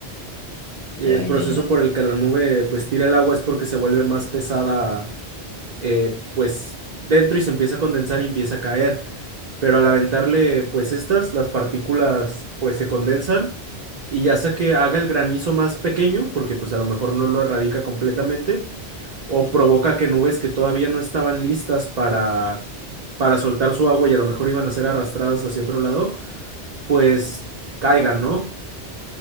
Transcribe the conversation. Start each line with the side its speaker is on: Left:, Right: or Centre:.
Right: El
Left: Ya, ya,
Right: proceso
Left: ya.
Right: por el que la nube pues tira el agua es porque se vuelve más pesada eh, pues dentro y se empieza a condensar y empieza a caer. Pero al aventarle pues estas, las partículas pues se condensan y ya sea que haga el granizo más pequeño, porque pues a lo mejor no lo erradica completamente, o provoca que nubes que todavía no estaban listas para, para soltar su agua y a lo mejor iban a ser arrastradas hacia otro lado, pues caigan, ¿no?